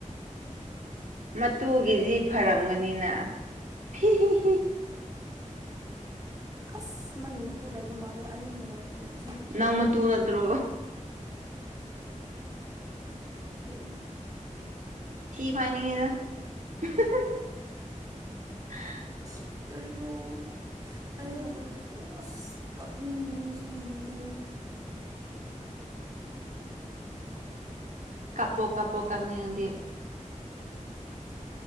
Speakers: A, on the right; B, on the right.
A: ꯃꯠꯇꯨꯒꯤꯗꯤ ꯐꯔꯝꯒꯅꯤꯅ ꯍꯤ ꯍꯤ ꯍꯤ
B: ꯑꯁ ꯃꯒꯤ ꯃꯠꯇꯨ ꯂꯩꯕ ꯃꯥꯜꯂꯦ ꯑꯩ ꯌꯥꯝ ꯅꯨꯡꯉꯥꯏ <unintelligible>
A: ꯅꯪ ꯃꯇꯨ ꯅꯠꯇ꯭ꯔꯣ?
B: <unintelligible> ꯔꯤ
A: ꯊꯤꯐꯥꯏꯅꯤꯡ ꯉꯦꯗꯥ <unintelligible> <unintelligible>
B: <unintelligible> ꯀꯔꯤꯔꯣꯜ ꯑꯩ ꯌꯝ ꯋꯥꯏꯇꯦ ꯑꯁ ꯀꯥꯞꯅꯤꯡꯉꯦ ꯉꯤꯁꯤꯒꯤ ꯅꯨꯃꯤꯠ ꯍꯥꯏꯕꯁꯦ
A: ꯀꯞꯄꯣ ꯀꯞꯄꯣ ꯀꯞꯅꯤꯡꯉꯗꯤ